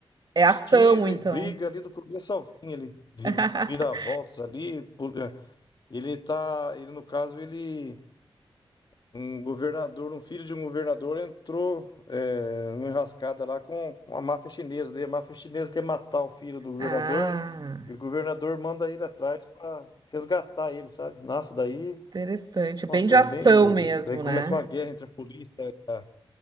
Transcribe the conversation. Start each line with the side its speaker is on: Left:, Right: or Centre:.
Right: É ação,
Left: tiro
Right: então.
Left: e briga ali do começo ao fim, ele
Right: <laughs>
Left: vira voltas ali. pula- Ele tá, ele no caso, ele Um governador, um filho de um governador entrou é, numa enrascada lá com a máfia chinesa. Daí a máfia chinesa quer matar o filho do governador
Right: Ah,
Left: e o governador manda ele atrás para resgatar ele, sabe? Nossa, daí,
Right: interessante. Bem
Left: nossa,
Right: de
Left: eu
Right: ação
Left: bem,
Right: mesmo,
Left: daí começou
Right: né?
Left: uma guerra entre a polícia e a,